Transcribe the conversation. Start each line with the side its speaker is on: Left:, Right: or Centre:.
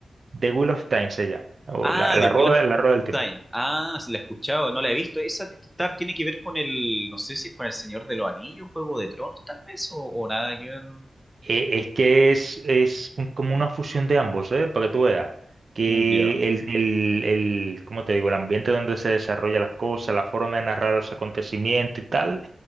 Right: The Wheel of Time se llama, o
Centre: Ah,
Right: la, la
Centre: The Wheel
Right: rueda,
Centre: of
Right: la rueda del tiempo.
Centre: Time. Ah, sí, la he escuchado, no la he visto. Esa t- tar- tiene que ver con el, no sé si es con el Señor de los Anillos, Juego de Tronos, tal vez, o, o nada que ver.
Right: Eh, es que es, es un- como una fusión de ambos, ¿eh? Para que tú veas. Que
Centre: Ya.
Right: el, el, el, ¿cómo te digo? El ambiente donde se desarrollan las cosas, la forma de narrar los acontecimientos y tal,